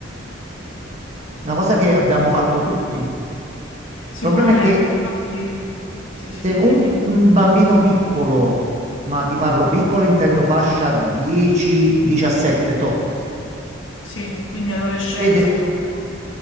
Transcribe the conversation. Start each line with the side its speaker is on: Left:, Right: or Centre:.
Right: una cosa che abbiamo fatto tutti. Il
Left: sicuramente.
Right: problema è che
Left: Infatti, sì, sì,
Right: Se un
Left: dimmi.
Right: un bambino piccolo, ma ti parlo piccolo, intendo fascia 10-17, toh,
Left: Sì, quindi adolescenza
Right: vede,
Left: più o meno.